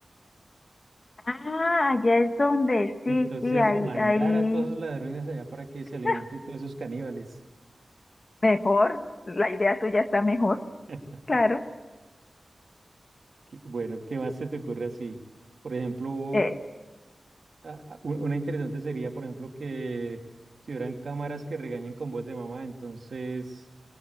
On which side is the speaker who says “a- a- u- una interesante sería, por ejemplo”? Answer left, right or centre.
Right